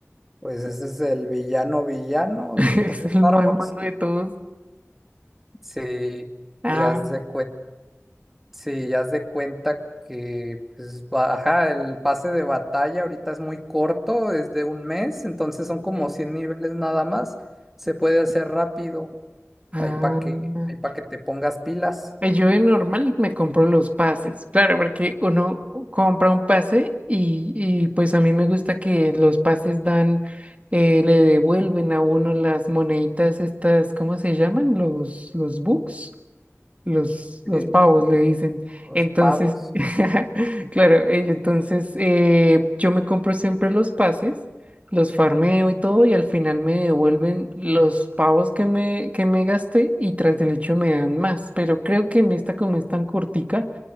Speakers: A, in the centre; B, on the right.
A: pues ese es el villano villano
B: <laughs>
A: de todo
B: Es el
A: Star
B: más
A: Wars.
B: malo de todos.
A: Sí,
B: Ah,
A: y haz de hace Sí, ya haz de cuenta que, pues, va- ajá, el pase de batalla ahorita es muy corto, es de un mes, entonces son como
B: ok.
A: 100 niveles nada más. Se puede hacer rápido,
B: Ah.
A: ahí para que, ahí para que te pongas pilas,
B: Eh, Yo de normal me compro los pases, claro, porque uno compra un pase y, y pues a mí me gusta que los pases dan, eh, le devuelven a uno las moneditas estas, ¿cómo se llaman? Los, los bucks. Los, los
A: eh,
B: pavos le dicen.
A: los
B: Entonces,
A: pavos.
B: <laughs> claro, ello, entonces eh, yo me compro siempre los pases, los farmeo y todo, y al final me devuelven los pavos que me, que me gasté y tras del hecho me dan más. Pero creo que en esta, como es tan cortica,